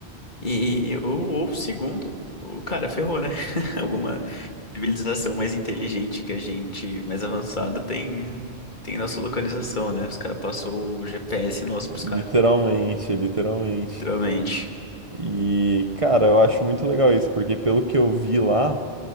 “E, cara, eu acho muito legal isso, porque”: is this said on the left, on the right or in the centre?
Right